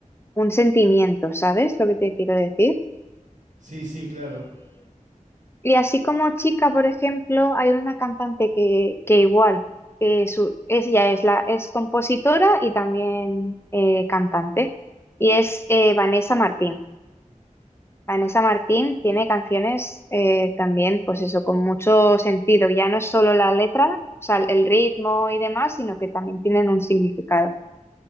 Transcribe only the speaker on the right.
Sí, sí, claro.